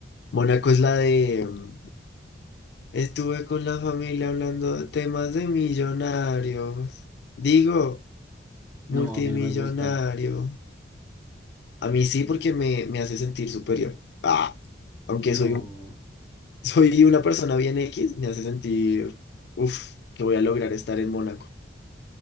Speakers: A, on the left; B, on the right.
A: Mónaco es la de... mm, Estuve con la familia hablando de temas de millonarios. Digo,
B: No,
A: multimillonario.
B: a mí no me gusta.
A: A mí sí porque me, me hace sentir superior. Ah, aunque
B: No.
A: soy un, <laughs> soy una persona bien X, me hace sentir... uff que voy a lograr estar en Mónaco.